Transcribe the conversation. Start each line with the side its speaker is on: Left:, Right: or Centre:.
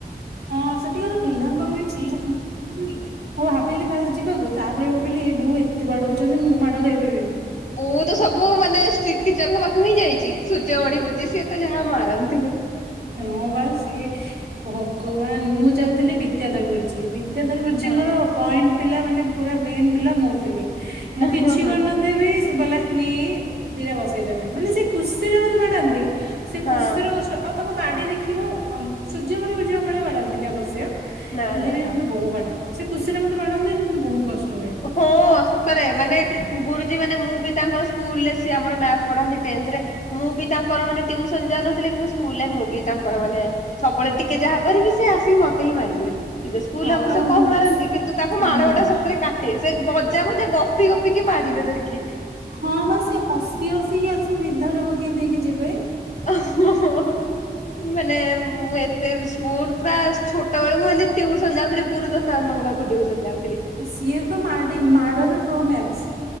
Right: ହଁ ସେଠିକାର ପିଲାଙ୍କର ବି <inaudible> ମୁଁ ଭାବିଲି ଫାଷ୍ଟ ଯିବାକୁ, ତାପରେ ଭାବିଲି ଏ ବୋଉ ଏତେ ବାଡଉଛନ୍ତି ମୁଁ ମାଡ ଖାଇପାରିବିନି।
Left: ମୁଁ ତ ସବୁ ମାନେ ଷ୍ଟ୍ରିଟ୍ ଟିଚର୍ ଙ୍କ ପାଖକୁ ହିଁ ଯାଇଚି। ସୂର୍ଯ୍ୟମଣି ଗୁରୁଜୀ ସିଏ ତ ଯାହା ମାରନ୍ତି।
Right: ହଁ ବା ସିଏ ଭଗବାନ ମୁଁ ଯାଉଥିଲି ବିଦ୍ୟାଧର ଗୁର ଜୀ ବିଦ୍ୟାଧର ଗୁରୁଜୀଙ୍କର
Left: ହଁ ହଁ
Right: ପଏଣ୍ଟ ପିଲା ମାନେ ପୁରା ମେନ୍ ପିଲା ମୁଁ ଥିଲି। ମୁଁ କିଛି
Left: ହଁ ହଁ
Right: କରି ନ ଥିବି ଶୁଭଲକ୍ଷ୍ମୀ ଦିଟା ବସେଇ ଦେବେ। ମାନେ ସେ ଖୁସିରେ ମୋତେ ବାଡାନ୍ତି। ସେ
Left: ହଁ
Right: ଖୁସିର କଷ୍ଟ, ଆଉ ତାଙ୍କ ବାଡି ଦେଖିବ କନ୍ ସୂର୍ଯ୍ୟମଣି ଗୁରୁଜୀ ଙ୍କ ଭଳିଆ ବଡାନ୍ତିନି ଅବଶ୍ୟ।
Left: ନା
Right: ହେଲେ
Left: ନା
Right: ବି ସେ
Left: ହଁ।
Right: ମୋତେ ବହୁ ବାଡାନ୍ତି। ସେ ଖୁସିରେ ମୋତେ ବାଡାନ୍ତି ହେଲେ ମୋତେ ବହୁତ କଷ୍ଟ ହୁଏ।
Left: ହଁ ସତରେ ମାନେ ଗୁରୁଜୀ ମାନେ ମୁଁ ବି ତାଙ୍କର ସ୍କୁଲ୍ ରେ ସିଏ ଆମର ମ୍ୟାଥ୍ ପଢାନ୍ତି ଟେନ୍ଥରେ। ମୁଁ ବି ତାଙ୍କର ମାନେ ଟିଉସନ୍ ଯାଉ ନଥିଲି, କିନ୍ତୁ ସ୍କୁଲ୍ ରେ ମୁଁ ବି ତାଙ୍କର ମାନେ ସବୁବେଳେ ଟିକେ ଯାହା କରିବି ସେ ଆସିକି ମୋତେ ହିଁ ମାରିବେ। ଟିକେ ସ୍କୁଲ୍
Right: ହଁ
Left: ରେ ଆବଶ୍ୟ
Right: ଆଉ
Left: କମ ମାରନ୍ତି କିନ୍ତୁ ତାକୁ
Right: ହଁ
Left: ମାଡ ଗୁଡା ସତରେ କାଟେ। ସେ ମଜା ମଜା ଗପି ଗପି କିି ମାରିବେ ଧରିକି।
Right: ହଁ ବା ସେ ହସି ହସି ଆସିକି ବିଧାଟେ ପକେଇ ଦେଇକି ଯିବେ।
Left: ଅ, ହଁ, ହଁ, ହଁ ମାନେ ମୁଁ ଏ ସେ ସ୍କୁଲ୍ ପୁରା ଛୋଟ ବେଳକୁ ଏମତି ଟିଉସନ୍ ଯାଉଥିଲି ଗୁରୁ ତ ତାମଙ୍କ ପାଖକୁ ଟିଉସନ୍ ଯାଉ
Right: ସିଏ ତ ମାଡି ମାଡ଼ରେ ପ୍ରୋ ମ୍ୟାକ୍ସ୍।